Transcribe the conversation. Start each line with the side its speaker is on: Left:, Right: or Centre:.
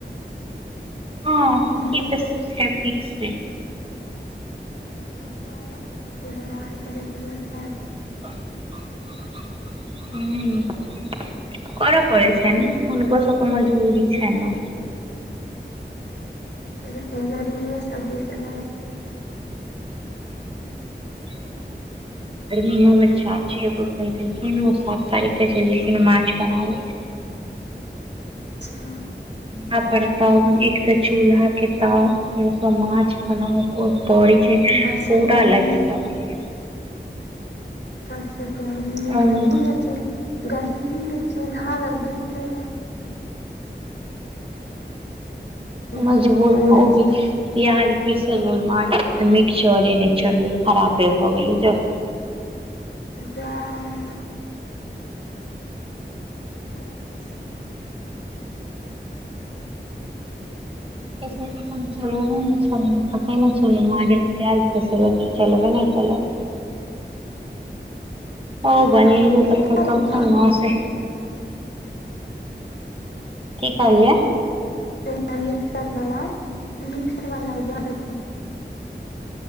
Right: हँ
Left: दू
Right: ई तऽ छै फिक्स छै
Left: भगवाने दू रंग के व्यवहार करै रहैत छैथ
Right: हू करऽ पड़े छयन हुनको सबके मजबूरी छइन न।
Left: लेकिन गरीब सबदिस लै छियै
Right: हँ <inaudible> रिमो मे छाचीयौ के कहीं देलखिन ओ सात तारीख के चइल गेलखिन माछ बनाबे ले
Left: अचछा
Right: हा पढ़ता हु एक त चूल्हा के ताऊ। <unintelligible> माछ बनाऊ ओ परेय छै
Left: ऊपर से
Right: पूरा
Left: गर्मी
Right: लइ लहर रहल यऽ।
Left: उपरसँ गर्मी
Right: ये
Left: मे गर्मी हो च। गरीमीमे चूल्हा लग बैसले मे। <inaudible> बहुत
Right: मजबूरी
Left: भऽ जाइ
Right: अबय
Left: छै
Right: छय। प्याज पीसे लेल माझिल तऽ मिक्सचरे नहि चललै खरापे भ गेलै जाउ।
Left: जाऽ मंगल छै।
Right: <unintelligible> मां गेलै प्याज पिसयलै, तऽ चलबे नहि केलै।
Left: हम
Right: ओ बनलिय
Left: एखन पता
Right: तऽ खत
Left: अइ
Right: ख
Left: अहाँ के
Right: न से की कहलियै
Left: आय मिक्ससर बला मिक्सर बला जार